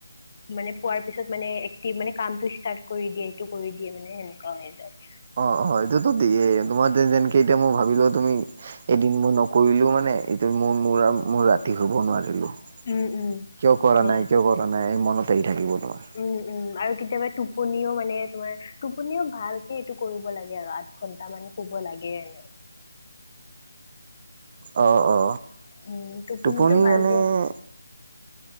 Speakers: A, on the left; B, on the right.
A: মানে পোৱাৰ পিছত মানে এক্টিভ মানে কামটো ষ্টাৰ্ট কৰি দিয়ে সেইটো কৰি দিয়ে মানে সেনেকুৱা হৈ যায়।
B: অ অ সেইটোতো দিয়েই তোমাৰ এতিয়া যেনকে এতিয়া মই ভাবিলো তুমি এদিন মই নকৰিলোঁ মানে এইটো মোৰ মোৰ আৰু মোৰ ৰাতি শুব নোৱাৰিলোঁ।
A: উম উম
B: কিয় কৰা
A: হয়
B: নাই কিয় কৰা নাই এই মনত আহি থাকিব তোমাৰ।
A: উম উম। আৰু কেতিয়াবা টোপনিও মানে তোমাৰ টোপনিও ভালকে এইটো কৰিব লাগে আৰু আঠ ঘন্টা মান শুব লাগে এনেও।
B: অ অ
A: উম টোপনিটো
B: টোপনি
A: ভালকে
B: মানে